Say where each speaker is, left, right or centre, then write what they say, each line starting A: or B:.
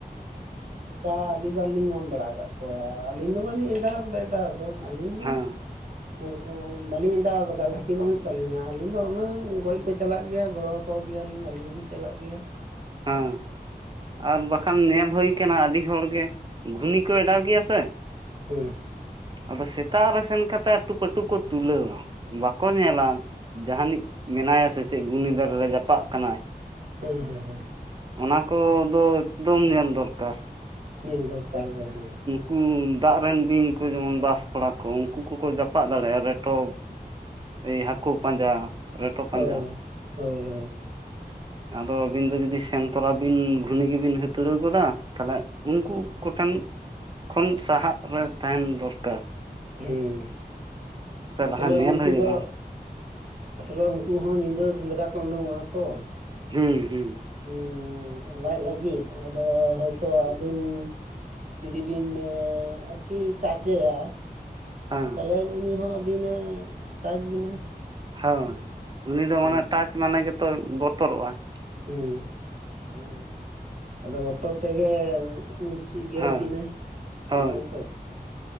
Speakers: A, on the right; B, on the right.
A: ᱚᱱᱠᱟ ᱟᱹᱰᱤᱵᱟᱨ ᱞᱤᱧ ᱧᱟᱢ ᱵᱟᱲᱟ ᱟᱠᱟᱫ ᱠᱚᱣᱟ ᱟᱹᱞᱤᱧ ᱫᱚ ᱵᱟᱹᱞᱤᱧ ᱚᱰᱟᱣ ᱟᱠᱟᱫᱟ ᱮᱴᱟᱜᱟᱜ ᱾ ᱟᱫᱚ ᱟᱹᱞᱤᱧ ᱫᱚ
B: ᱦᱮᱸ
A: <unintelligible> ᱵᱟᱹᱞᱤᱧ ᱚᱰᱟᱣ ᱟᱠᱟᱫᱟ ᱜᱷᱟᱴᱤ ᱵᱟᱹᱱᱩᱜ ᱛᱟᱹᱞᱤᱧᱟ ᱟᱹᱞᱤᱧ ᱫᱚ ᱚᱱᱟ ᱜᱚᱡ ᱠᱚ ᱪᱟᱞᱟᱜ ᱜᱮᱭᱟ ᱜᱚᱲᱚ ᱠᱚ ᱜᱮᱭᱟᱞᱤᱧ ᱟᱹᱞᱤᱧ ᱦᱚᱞᱤᱧ ᱪᱟᱞᱟᱜ ᱜᱮᱭᱟ ᱾
B: ᱦᱮᱸ ᱟᱨ ᱵᱟᱠᱷᱟᱱ ᱧᱮᱞ ᱦᱩᱭ ᱟᱠᱟᱱᱟ ᱟᱹᱰᱤ ᱦᱚᱲ ᱜᱮ ᱜᱷᱩᱱᱤ ᱠᱚ ᱚᱰᱟᱣ ᱜᱮᱭᱟ ᱥᱮ ᱾
A: ᱦᱮᱸ ᱾
B: ᱟᱫᱚ ᱥᱮᱛᱟᱜ ᱨᱮ ᱥᱮᱱ ᱠᱟᱛᱮ ᱟᱹᱴᱩ ᱯᱟᱹᱴᱩ ᱠᱚ ᱛᱩᱞᱟᱹᱣᱟ ᱵᱟᱠᱚ ᱧᱮᱞᱟ ᱾ ᱡᱟᱦᱟᱱᱤᱡ ᱢᱮᱱᱟᱭᱟ ᱥᱮ ᱪᱮᱫ ᱜᱩᱱᱤᱫᱟᱨᱮ ᱨᱮ ᱡᱟᱯᱟᱜ ᱠᱟᱱᱟᱭ ᱾
A: ᱦᱮᱸ ᱦᱮᱸ ᱦᱩᱸ ᱾
B: ᱚᱱᱟ ᱠᱚᱫᱚ ᱮᱠᱫᱚᱢ ᱧᱮᱞ ᱫᱚᱨᱠᱟᱨ ᱾
A: ᱧᱮᱞ ᱫᱚᱨᱠᱟᱨ ᱜᱮ ᱦᱮᱸ ᱾
B: ᱩᱱᱠᱩ ᱫᱟᱜ ᱨᱮᱱ ᱵᱤᱧ ᱠᱚ ᱡᱮᱢᱚᱱ ᱵᱟᱥ ᱯᱷᱚᱲᱟ ᱠᱚ ᱩᱱᱠᱩ ᱠᱚᱠᱚ ᱡᱟᱯᱟᱜ ᱫᱟᱲᱮᱭᱟᱜᱼᱟ ᱨᱮᱴᱚ ᱮᱭ ᱦᱟᱹᱠᱩ ᱯᱟᱸᱡᱟ ᱨᱮᱴᱚ ᱯᱟᱸᱡᱟ
A: ᱦᱳᱭ
B: ᱾
A: ᱦᱳᱭ ᱦᱳᱭ
B: ᱟᱫᱚ ᱟᱹᱵᱤᱱ ᱫᱚ ᱡᱩᱫᱤ ᱥᱮᱱ ᱛᱚᱨᱟ ᱵᱤᱱ ᱜᱷᱩᱱᱤ ᱜᱮᱵᱤᱱ ᱦᱟᱹᱛᱲᱟᱹᱣ ᱜᱚᱫᱟ ᱛᱟᱦᱚᱞᱮ ᱩᱱᱠᱩ ᱠᱚᱴᱷᱮᱱ ᱠᱷᱚᱱ ᱥᱟᱦᱟᱜ ᱨᱮ ᱛᱟᱦᱮᱱ ᱫᱚᱨᱠᱟᱨ ᱾
A: ᱦᱮᱸ, ᱟᱥᱚᱞᱮ
B: ᱞᱟᱦᱟ ᱧᱮᱞ
A: ᱩᱱᱠᱩ
B: ᱦᱩᱭᱩᱜᱼᱟ
A: ᱫᱚ ᱟᱥᱚᱞᱮ ᱩᱱᱠᱩ ᱦᱚᱸ ᱧᱤᱫᱟᱹ ᱥᱮᱸᱫᱽᱨᱟ ᱠᱚ ᱩᱰᱩᱝᱚᱜᱼᱟ ᱛᱚ ᱾
B: ᱦᱮᱸ ᱦᱩᱸ ᱾
A: ᱦᱩᱸ ᱞᱟᱡ ᱞᱟᱹᱜᱤᱫ ᱟᱫᱚ ᱦᱚᱳᱭᱛᱳ ᱟᱹᱵᱤᱱ ᱡᱩᱫᱤ ᱵᱤᱱ ᱟᱨᱠᱤ ᱪᱟᱪᱮᱭᱟ
B: ᱦᱮᱸ
A: ᱛᱟᱦᱚᱞᱮ ᱩᱱᱤ ᱦᱚᱸ ᱟᱹᱵᱤᱱ ᱮ ᱴᱟᱪ ᱵᱤᱱᱟ᱾
B: ᱦᱳᱭ ᱩᱱᱤ ᱫᱚ ᱢᱟᱱᱮ
A: ᱚᱱᱠᱟ
B: ᱴᱟᱪ ᱢᱟᱱᱮ ᱜᱮᱛᱚ ᱵᱚᱛᱚᱨᱚᱜᱼᱟ ᱾
A: ᱦᱩᱸ ᱦᱮᱸ ᱢᱟᱱᱮ ᱟᱫᱚ ᱵᱚᱛᱚᱨ ᱛᱮᱜᱮ ᱪᱮᱫ ᱜᱮᱨ
B: ᱦᱮᱸ
A: ᱵᱤᱱᱟᱭ,
B: ᱦᱳᱭ
A: ᱚᱱᱮ ᱚᱱᱠᱟ